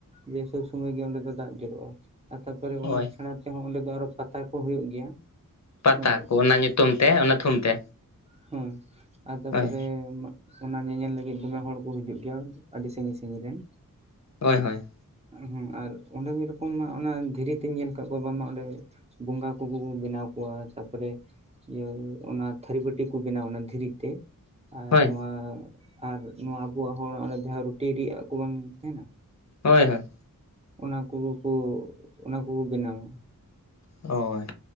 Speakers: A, on the right (about 20°); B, on the left (about 55°).
A: ᱡᱮ ᱥᱚᱵᱽ ᱥᱩᱢᱚᱭ ᱜᱮ ᱚᱸᱰᱮ ᱫᱚ ᱫᱟᱜ ᱡᱚᱨᱚᱜᱼᱟ ᱟ ᱛᱟᱯᱚᱨᱮ
B: ᱦᱳᱭ
A: ᱚᱱᱟ ᱪᱷᱟᱲᱟ ᱛᱮᱦᱚᱸ ᱚᱸᱰᱮ ᱫᱚ ᱟᱨᱚ ᱯᱟᱛᱟ ᱠᱚ ᱦᱩᱭᱩᱜ ᱜᱮᱭᱟ᱾
B: ᱯᱟᱛᱟ
A: ᱦᱳᱭ
B: ᱠᱚ ᱚᱱᱟ ᱧᱩᱛᱩᱢ ᱛᱮ ᱚᱱᱟ ᱛᱷᱩᱢ ᱛᱮ᱾
A: ᱦᱩᱸ ᱟᱨ ᱛᱟᱯᱚᱨᱮ
B: ᱦᱳᱭ
A: ᱚᱱᱟ ᱧᱮᱧᱮᱞ ᱞᱟᱹᱜᱤᱫ ᱫᱚᱢᱮ ᱦᱚᱲ ᱠᱚ ᱦᱤᱡᱩᱜ ᱜᱮᱭᱟ ᱟᱹᱰᱤ ᱥᱟᱺᱜᱤᱧ ᱥᱟᱺᱜᱤᱧ ᱨᱮᱱ᱾
B: ᱦᱳᱭ ᱦᱳᱭ
A: ᱦᱩᱸ ᱟᱨ ᱚᱸᱰᱮ ᱢᱤᱫ ᱨᱚᱠᱚᱢ ᱠᱚᱢ ᱢᱟ ᱚᱱᱟ ᱫᱷᱤᱨᱤ ᱛᱤᱧ ᱧᱮᱞ ᱠᱟᱜ ᱠᱚᱣᱟ ᱵᱟᱝᱢᱟ ᱚᱸᱰᱮ ᱵᱚᱸᱜᱟ ᱠᱚᱠᱚ ᱠᱚ ᱵᱮᱱᱟᱣ ᱠᱚᱣᱟ ᱛᱟᱯᱚᱨᱮ, ᱤᱭᱟᱹ ᱚᱱᱟ ᱛᱷᱟᱹᱨᱤ ᱵᱟᱹᱴᱤ ᱠᱚ ᱵᱮᱱᱟᱣᱟ ᱚᱱᱟ ᱫᱷᱤᱨᱤ ᱛᱮ ᱟᱨ
B: ᱦᱳᱭ
A: ᱱᱚᱣᱟ ᱟᱨ ᱱᱚᱣᱟ ᱟᱵᱩᱣᱟᱜ ᱦᱚᱲ ᱡᱟᱦᱟᱸ ᱨᱩᱴᱤ ᱨᱤᱜᱼᱟᱜ ᱠᱚ ᱵᱟᱝ ᱛᱟᱦᱮᱱᱟ᱾
B: ᱦᱳᱭ ᱦᱳᱭ
A: ᱚᱱᱟ ᱠᱚᱜᱩ ᱠᱩ ᱚᱱᱟ ᱠᱚᱠᱚ ᱵᱮᱱᱟᱣᱟ᱾
B: ᱚᱭ